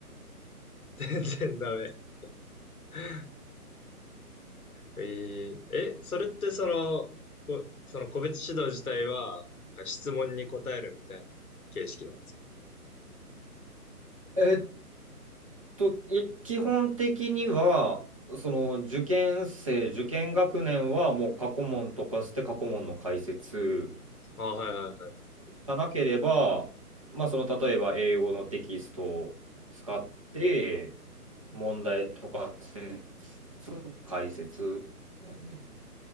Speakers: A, on the left; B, on the right.
A: <laughs> 全然ダメ。<laughs> えええ、それってその、こ、その個別指導自体は、なんか質問に答えるみたいな形式なんですか
B: えっと、い基本的には、その受験生、受験学年はもう過去問とかして過去問の解説。
A: あはいはいはい。
B: がなければ、まあ、その例えば英語のテキストを使って問題とかせつ解説やんね。